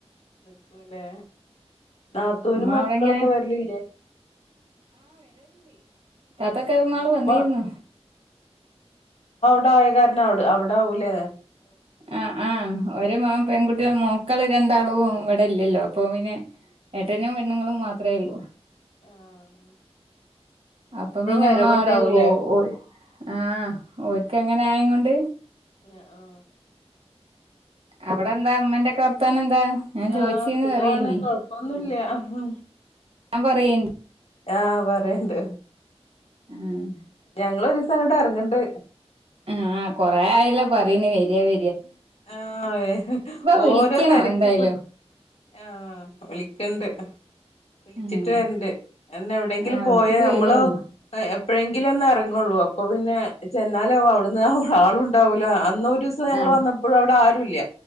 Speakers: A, on the left; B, on the right.
A: നിക്കും ല്ലേ നാത്തൂന്
B: ഉമ്മ
A: മക്കളൊക്കെ
B: അവിടെ ഇങ്ങനെ
A: വരലില്ലേ?
B: താത്തക്കെ
A: ആഹ്
B: ന്നാള്
A: ഉമ്മ
B: വന്നിരുന്നു.
A: മ്മ പോയ കാരണം അവ് അവിടാവു ലെ
B: ആഹ് ആഹ് ഒര് മക പെൺകുട്ടികൾ മക്കള് രണ്ടാളും ഇവിടെ ഇല്ലല്ലോ, അപ്പൊ പിന്നെ ഏട്ടനും പെണ്ണുങ്ങളും മാത്രമേ ഉള്ളൂ.
A: ആഹ്
B: അപ്പൊ പിന്നെമ്മ
A: വരവുണ്ടാവൂലേ
B: ആടെ പോവും, ആഹ് ഓര് ഒക്കെ അങ്ങനെ ആയ്കൊണ്ട്
A: ഏഹ് ആഹ്
B: അവിടെ എന്താ അമ്മന്റെക്കെ വർത്തനം എന്താ? ഞാൻ ചോദിച്ചീന്ന്
A: ആഹ് സുഖാണ്
B: പറയേണ്ടി
A: കൊഴപ്പൊന്നുല്ലാ, ഹ
B: <unintelligible> പറയ്
A: ആഹ് പറയണ്ട്.
B: ആഹ്,
A: ഞങ്ങളൊരീസം അങ്ങട്ട് എറങ്ങണ്ട്
B: ആഹ് ആഹ് കൊറേ ആയല്ലോ പറിന് വരിയാ വ
A: ആഹ് അതെ ഓരോ
B: വിളിക്കണം
A: തിരക്കി
B: എന്തായാലും
A: പെട്ട്, ആഹ് വിള ക്കണ്ട്. വിളിച്ചിട്ട്
B: ഉം
A: വരണ്ട്, അതന്നെ എവിടെങ്കിലും
B: ആ വിളിച്ചിട്ട്
A: പോയ നമ്മള്
B: വരേണ്ടി
A: എപ്പഴെങ്കിലും ഒന്ന് എറങ്ങൊള്ളൂ അപ്പൊ പിന്നെ ചെന്നാല് അവിടുന്ന് അവിടെ ആളുണ്ടാവൂല്ല. അന്നൊരൂസം ഞങ്ങള്
B: ആ
A: വന്ന വ്ടെ ആരുല്ല.